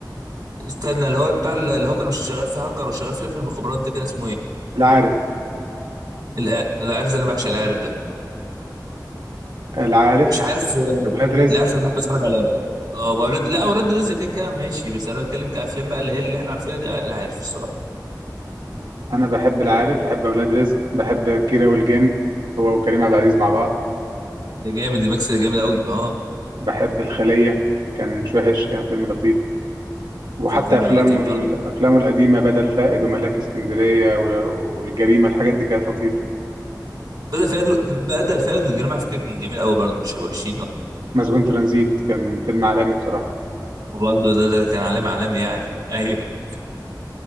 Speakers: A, on the right; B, on the right.
A: استنى اللي هو بتاع اللي هو كان مش شغال فيه هاكر وشغال فيه في المخابرات ده كان اسمه إيه؟
B: العارف
A: الع- العارف ده أنا بعشق العارف ده
B: العارف
A: مش عارف آه،
B: ولاد رزق
A: العارف اللي بحب أتفرج عليه أوي أه وأولاد لا أولاد رزق كده كده ماشي بس أنا بتكلم كأفلام بقى اللي هي اللي إحنا عارفينها دي آه، العارف الصراحة
B: انا بحب العارف بحب اولاد رزق بحب كيرة والجن هو وكريم عبد العزيز مع بعض
A: ده جامد دي ميكس ده جامد أوي أه
B: بحب الخلية كان مش وحش كان فيلم لطيف وحتى
A: كان فيلم
B: افلامه
A: لطيف برضه
B: افلامه القديمه بدل فائد وملاك اسكندريه و- والجريمه الحاجات دي كانت لطيفه
A: بدل فؤاد بدل فؤاد والجريمة على فكرة كان جميل أوي برضه مش الوحشين أه
B: مسجون ترانزيت كان فيلم عالمي بصراحه
A: وبرضه ده ده كان علامة علامة يعني <laughs> أيوه